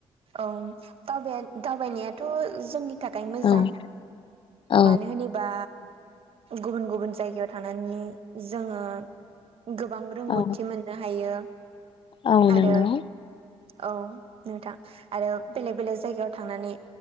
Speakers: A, on the right; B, on the left.
A: औ दावबाय दावबायनायाथ' जोंनि थाखाय मोजां
B: औ औ
A: मानो होनो बा गुबुन गुबुन जायगायाव थांनानै जोङो गोबां रोंगौथि
B: औ
A: मोननो हायो
B: औ नंगौ
A: आरो औ नोंथां आरो बेलेग बेलेग जायगायाव थांनानै